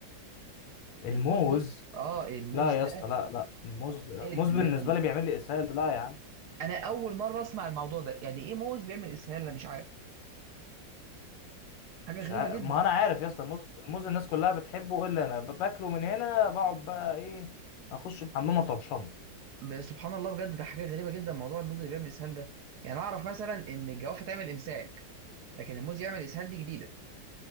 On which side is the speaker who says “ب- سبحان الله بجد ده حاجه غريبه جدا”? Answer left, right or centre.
Right